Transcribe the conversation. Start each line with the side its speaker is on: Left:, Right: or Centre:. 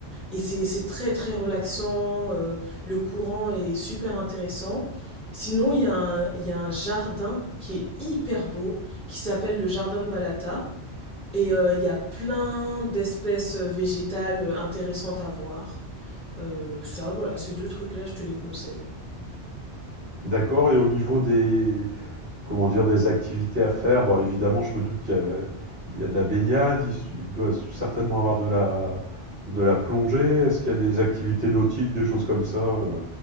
Centre: et c'est, c'est très, très relaxant. euh, le courant est super intéressant. Sinon, il y a un, il y a un jardin qui est hyper beau, qui s'appelle le jardin de Balata. Et euh, il y a plein d'espèces euh, végétales euh, intéressantes à voir. Euh, ça, voilà, ces deux trucs-là, je te les conseille.
Right: D'accord et au niveau des Comment dire? Des activités à faire? Bon, évidemment, je me doute qu'il y a la il y a de la baignade, il il doit certainement avoir de la de la plongée. Est-ce qu'il y a des activités nautiques, des choses comme ça, heu?